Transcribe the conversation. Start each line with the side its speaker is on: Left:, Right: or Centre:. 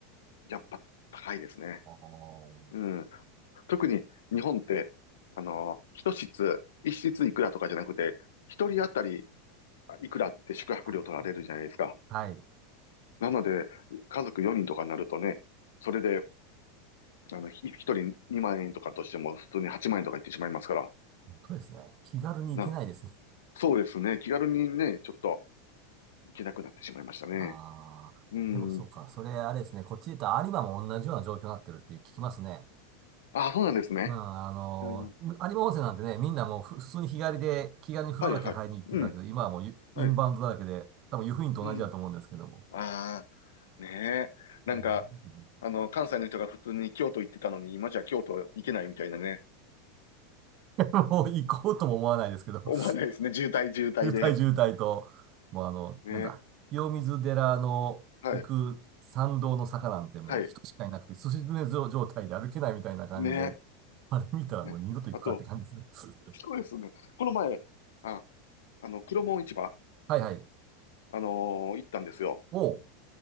Left: やっぱ高いですね。
Right: あー
Left: うん。特に、日本って、あの、一室、一室いくらとかじゃなくて、一人当たりいくらって宿泊料取られるじゃないですか。
Right: はいはい。
Left: なので、家族4人とかになるとね、それで、あの、ひ一人2万円とかとしても、普通に8万円とかいってしまいますから、
Right: とですね。気軽に行けないですね。
Left: な、そうですね。気軽にね、ちょっと行けなくなってしまいましたね。
Right: ああ、
Left: うん。
Right: でもそうか。それあれですね。こっちで言ったら有馬も同じような状況になってるって聞きますね。
Left: あ、そうなんですね。
Right: うん、あの、
Left: うん。
Right: 有馬温泉なんてね、みんなもうふ普通に日帰りで気軽に風呂だけ入りに行ってたけど、
Left: はいはい。うん。
Right: 今はもうイインバウンドだらけで、
Left: はい。
Right: 多分湯布院と同じだと思うんですけども。
Left: うん。ああ、ねえ。なんか、
Right: も
Left: あの、関西の人が普通に京都行ってたのに、今じゃ京都行けないみたいなね。
Right: う、<laughs> もう行こうとも思わないですけど
Left: 思わないですね。
Right: <laughs>。
Left: 渋滞渋滞で。
Right: 渋滞渋滞と、もうあの、
Left: ねえ。
Right: なんだ、清水寺の行く参道の坂なんてもう人しかいなくて、
Left: はい。はい。
Right: すし詰め状態で歩けないみたいな感じで、
Left: ね
Right: あれ見たらもう二度と行くかって感じですね。
Left: え。ね。あと、
Right: <laughs>
Left: そうですね。この前、あ、あの、黒門市場、
Right: はいはい。
Left: あのー行ったんですよ。
Right: おう。